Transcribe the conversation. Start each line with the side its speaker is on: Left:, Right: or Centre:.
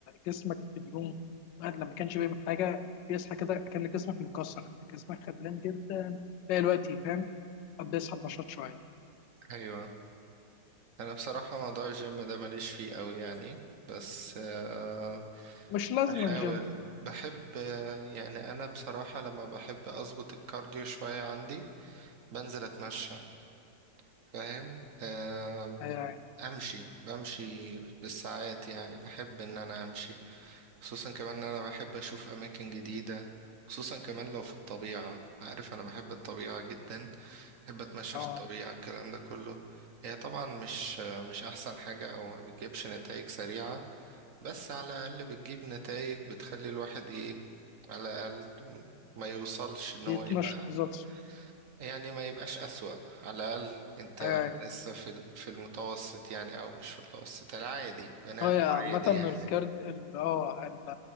Left: جسمك بيقوم الواحد لما كانش بيعمل حاجه بيصحى كده كان جسمك مكسر انت جسمك خدلان جدا تلاقي الوقت فاهم قد بيسحب نشاط شويه
Right: ايوه انا بصراحة موضوع الجيم ده ماليش فيه قوي يعني بس آه،
Left: مش لازم
Right: بحاول
Left: جيم
Right: بحب آه، يعني انا بصراحة لما بحب اظبط الكارديو شوية عندي بنزل اتمشى فاهم آه،
Left: يعني
Right: امشي بمشي بالساعات يعني بحب ان انا امشي خصوصا كمان ان انا بحب اشوف اماكن جديدة خصوصا كمان لو في الطبيعة عارف انا بحب الطبيعة جدا بحب اتمشى
Left: اه
Right: في الطبيعة الكلام ده كله هي طبعا مش مش احسن حاجة او ما بتجيبش نتائج سريعة بس على الاقل بتجيب نتائج بتخلي الواحد ايه على الاقل ما يوصلش ان
Left: بيتنشط
Right: هو يبقى
Left: بالظبط
Right: يعني ما يبقاش اسوأ على الاقل انت
Left: آه، يعني
Right: لسه في ال- في المتوسط يعني او مش في المتوسط العادي بني
Left: هو
Right: ادم
Left: يا
Right: عادي
Left: عامة الكارد
Right: يعني
Left: ال- اه ال-